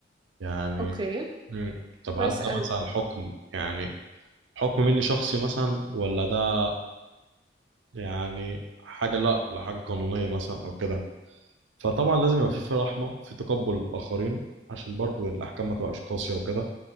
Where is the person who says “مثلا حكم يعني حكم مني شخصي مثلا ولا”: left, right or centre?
Right